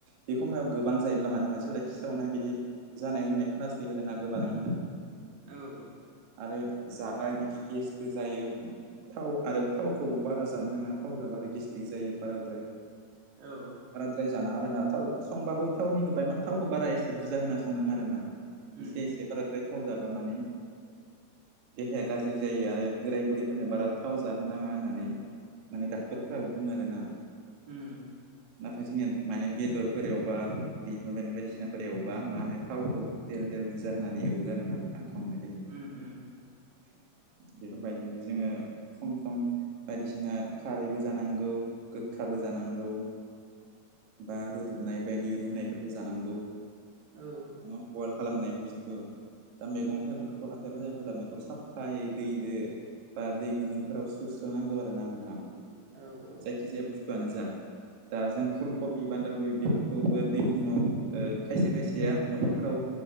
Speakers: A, on the right; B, on the right.
A: बे खमायाव गोबां जायो ब्ला माने मानसिफोरा खिसावनाय बिदि जानाय होननाय खोनासायो आरो ना गोबानाय होननाय।
B: औ।
A: आरो जाबा इदि गेसबो जायो। थाव आरो थावखौ बारा जानो नाङा थाव जाब आरो गेस्टिक जायो बाराद्राय।
B: औ।
A: बाराद्राय जानांङा आरो ना थाव संबाबो थावनिखौबाय मान थावखौ बारा एसे बुरजा होना संनाङा आरो ना।
B: उम
A: एसे एसे बाराद्राय थाव जाबा माने देहाया गाज्रि जायो आरो बोराय बुरैफोरनो बारा थाव जाहोनाङा होननानै माने डक्टरफोराबो बुंङो आरो ना।
B: ओम
A: नाथाय जोंनिया माने बेदरफोर एवबा बिफोर <unintelligible> बायदिसिना सिनाफोर एवबा मा होनो थावखौ देल देल बुरजा होनानै एवो आरो नोंथां संनाय जायो।
B: उम उम
A: बेफोरबायदिनो जोंङो सम सम बायदिसिना खारैबो जानांगौ गोखाबो जानांगौ। बा रुदुबनाय बायदि रुनायफोरबो जानांगौ।
B: औ
A: बयल खालामनाय बुस्थु दा
B: उम
A: मैगं थाइगंफोर हाथाय बाजारनिफ्राय लाबोनायखौ साफायै दैजो बा दै गुदुंफोराव सुस्र'नांगौ
B: औ
A: नोंथां
B: औ
A: जायखि जायानो बुस्थुवानो जा दा जों
B: उम
A: फुल कबि बान्दा कबि बेफोरखौबो दै गुदुंङाव खायसे खायसेया न'खरफोराव